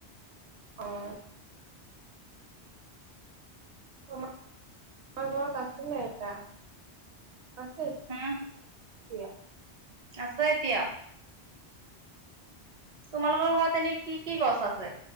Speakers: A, on the right (about 80°); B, on the right (about 40°).
A: অ'। আমাৰ ঘৰত আছিলে এটা, আছে। কুয়া
B: উম আছে এতিয়াও? তোমালোকৰ ঘৰত এনে কি কি গছ আছে?